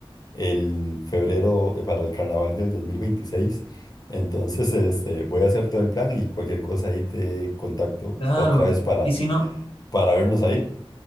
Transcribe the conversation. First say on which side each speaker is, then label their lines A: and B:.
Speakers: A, on the left; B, on the left.
A: el febrero, eh, para el carnaval del 2026. Entonces, este, voy a hacer todo el plan y cualquier cosa ahí te contacto
B: Claro.
A: otra vez para,
B: Y si no,
A: para vernos ahí.